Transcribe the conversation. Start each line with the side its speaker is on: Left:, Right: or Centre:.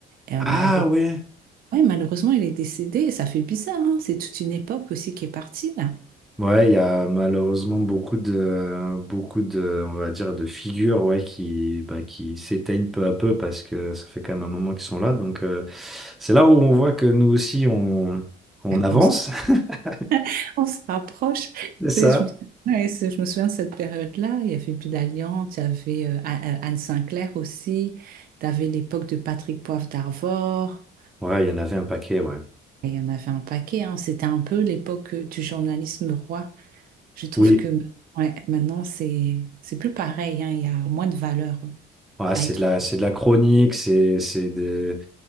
Right: Euh,
Centre: Ah
Right: malheureusement,
Centre: ouais.
Right: ouais, malheureusement, il est décédé et ça fait bizarre, hein. C'est toute une époque aussi qui est partie là.
Centre: Ouais, il y a malheureusement beaucoup de, beaucoup de, on va dire, de figures, ouais, qui, bah, qui s'éteignent peu à peu parce que ça fait quand même un moment qu'ils sont là. Donc, euh, c'est là où on voit que nous aussi, on, on
Right: Ouais, ben,
Centre: avance.
Right: on se,
Centre: <laughs>
Right: <laughs> on se rapproche. <laughs>
Centre: C'est ça.
Right: Tu sais, je me, ouais, c'est- je me souviens de cette période-là. Il y avait Bilalian, tu avais euh, A- A- Anne Sinclair aussi, tu avais l'époque de Patrick Poivre d'Arvor.
Centre: Ouais, il y en avait un paquet, ouais.
Right: Il y en avait un paquet, hein. C'était un peu l'époque euh, du journalisme roi. Je trouve
Centre: Oui.
Right: que ouais, maintenant, c'est c'est plus pareil, hein. Il y a moins de valeur
Centre: Ouais,
Right: à
Centre: c'est
Right: être.
Centre: de la, c'est de la chronique, c'est, c'est de,